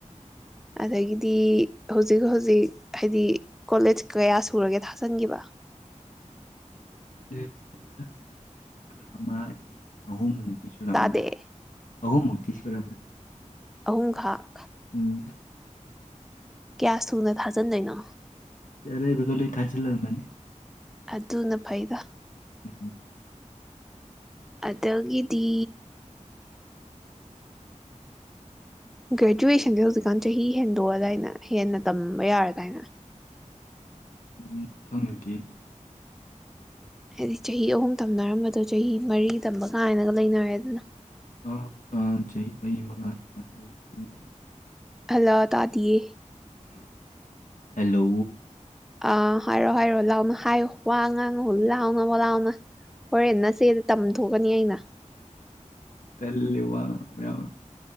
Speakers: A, in the centre; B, on the left.
A: ꯑꯗꯒꯤꯗꯤ ꯍꯧꯖꯤꯛ ꯍꯧꯖꯤꯛ ꯍꯥꯏꯗꯤ ꯀꯣꯂꯦꯖ ꯀꯌꯥ ꯁꯨꯔꯒꯦ ꯊꯥꯖꯟꯈꯤꯕ
B: ꯀꯣꯂꯦꯖꯁꯦ ꯑꯩ ꯑꯃ ꯑꯅꯤ ꯑꯍꯨꯝꯃꯨꯛ ꯇꯤꯁꯨꯔꯥ
A: ꯇꯥꯗꯦ
B: ꯃ ꯑꯍꯨꯝ ꯃꯨ ꯇꯤꯁꯨꯔꯥ ꯃ
A: ꯑꯍꯨꯝ ꯈꯛ
B: ꯎꯝ
A: ꯀꯌꯥ ꯁꯨꯅ ꯊꯥꯖꯟꯗꯣꯏꯅꯣ
B: ꯑꯔꯩꯕꯗꯣ ꯂꯣꯏ ꯊꯥꯖꯟ ꯂꯝꯕꯅꯦ꯫
A: ꯑꯗꯨꯅ ꯐꯩꯗ
B: ꯎꯝ
A: ꯑꯗꯒꯤꯗꯤ ꯒ꯭ꯔꯦꯖꯨꯋꯦꯁꯟꯁꯦ ꯍꯧꯖꯤꯛꯀꯥꯟ ꯆꯍꯤ ꯍꯦꯟꯗꯣꯛꯑꯗꯥꯏꯅ ꯍꯦꯟꯅ ꯇꯝꯕ ꯌꯥꯔ ꯗꯥꯏꯅꯦ
B: ꯎꯝ ꯈꯪꯗꯦ <unintelligible>
A: ꯍꯥꯏꯗꯤ ꯆꯍꯤ ꯑꯍꯨꯝ ꯇꯝꯅꯔꯝꯕꯗꯣ ꯆꯍꯤ ꯃꯔꯤ ꯇꯝꯕ ꯀꯥꯏꯅꯒ ꯂꯩꯅꯔꯦ ꯑꯗꯨꯅ
B: ꯑꯥ ꯑꯥꯖꯩ ꯆꯍꯤ ꯃꯉꯥ <unintelligible>
A: ꯍꯜꯂꯣ ꯇꯥꯗꯤꯌꯦ
B: ꯍꯂꯣ
A: ꯑꯥ ꯍꯥꯏꯔꯣ ꯍꯥꯏꯔꯣ ꯂꯥꯎꯅ ꯍꯥꯏꯌꯨ ꯋꯥ ꯉꯥꯡꯉꯨ ꯂꯥꯎꯅ ꯂꯥꯎꯅ ꯍꯣꯔꯦꯟ ꯅꯆꯦꯗ ꯇꯝꯊꯣꯛ ꯀꯅꯤ ꯑꯩꯅ
B: ꯇꯜꯂꯦ ꯋꯥ ꯉꯥꯡꯕ ꯌꯥꯝꯅ